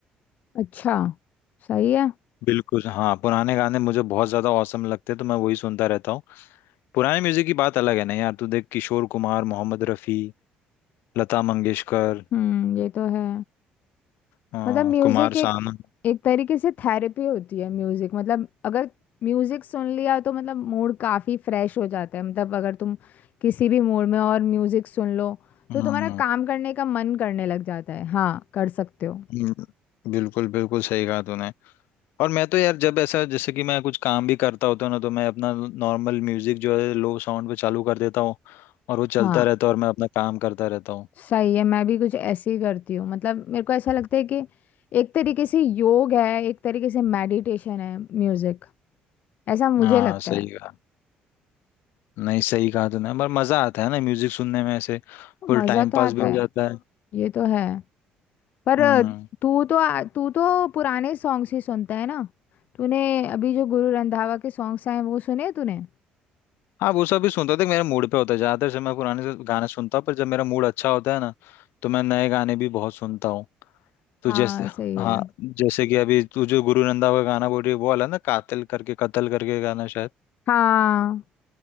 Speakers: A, on the left; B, on the left.
A: अच्छा सही है
B: बिल्कुल हाँ पुराने गाने मुझे बहुत ज्यादा औसम लगते हैं तो मैं वही सुनता रहता हूँ पुराने म्यूजिक की बात अलग है ना यार तू देख किशोर कुमार मोहम्मद रफी लता मंगेशकर
A: हम्म ये तो है
B: हाँ
A: मतलब म्यूजिक
B: कुमार
A: एक
B: सानू
A: एक तरीके से थेरेपी होती है म्यूजिक मतलब अगर म्यूजिक सुन लिया तो मतलब मूड काफी फ्रेश हो जाता है मतलब अगर तुम किसी भी मूड में और म्यूजिक सुन लो तो
B: हम्म
A: तुम्हारा काम करने का मन करने लग जाता है हाँ कर सकते हो
B: हम्म, बिल्कुल बिल्कुल सही कहा तूने और मैं तो यार जब ऐसा जैसे कि मैं कुछ काम भी करता होता हूँ ना तो मैं अपना नॉर्मल म्यूजिक जो है लो साउंड पे चालू कर देता हूँ और वो चलता
A: हाँ
B: रहता है और मैं अपना काम करता रहता हूँ
A: सही है मैं भी कुछ ऐसे ही करती हूँ मतलब मेरे को ऐसा लगता है कि एक तरीके से योग है एक तरीके से मेडिटेशन है म्यूजिक ऐसा मुझे
B: हाँ
A: लगता
B: सही
A: है
B: कहा नहीं सही कहा तूने पर मजा आता है ना म्यूजिक सुनने में ऐसे फुल
A: मजा
B: टाइम
A: तो आता
B: पास भी हो
A: है
B: जाता है
A: ये तो है पर
B: हम्म
A: तू तो तू तो पुराने सॉन्ग्स ही सुनता है ना तूने अभी जो गुरु रंधावा के सॉन्ग्स आए हैं, वो सुने तूने
B: हाँ वो सब भी सुनता हूँ देख मेरा मूड पे होता है ज्यादातर से मैं पुराने से गाने सुनता हूँ पर जब मेरा मूड अच्छा होता है ना तो मैं नए गाने भी बहुत सुनता हूँ तो
A: हाँ
B: जैसे
A: सही
B: हाँ
A: है
B: जैसे कि अभी तू जो गुरु रंधावा का गाना बोल रही है वो वाला ना कातिल करके कत्ल करके गाना शायद
A: हाँ